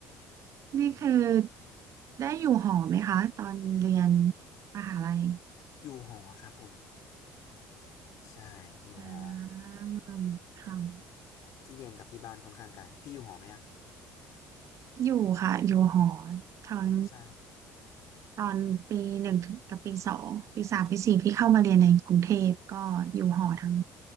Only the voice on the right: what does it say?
นี่คือได้อยู่หอไหมคะตอนเรียนมหาลัย
อ่าค่ะ
อยู่ค่ะอยู่หอตอน
ตอนปีหนึ่งถึงกับปีสองปีสามปีสี่พี่เข้ามาเรียนในกรุงเทพก็อยู่หอทั้ง